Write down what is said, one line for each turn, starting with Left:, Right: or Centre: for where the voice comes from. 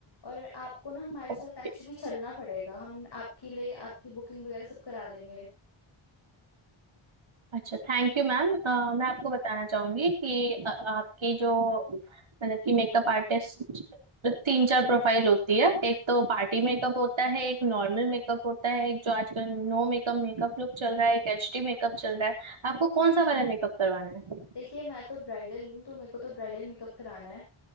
Left: और आपको ना हमारे साथ
Right: ओके
Left: एक्चुअली चलना पड़ेगा हम आपके लिए आपकी बुकिंग वगैरह सब करा देंगे
Right: अच्छा थैंक यू मैम अ, मैं आपको बताना चाहूंगी कि अ, आपकी जो मतलब कि मेकअप आर्टिस्ट तीन चार प्रोफाइल होती है एक तो पार्टी मेकअप होता है एक नॉर्मल मेकअप होता है एक जो आजकल नो मेकअप मेकअप लुक चल रहा है एक एचडी मेकअप चल रहा है आपको कौन सा वाला मेकअप करवाना है
Left: देखिए मैं तो ब्राइडल हूँ तो मेरे को तो ब्राइडल मेकअप कराना है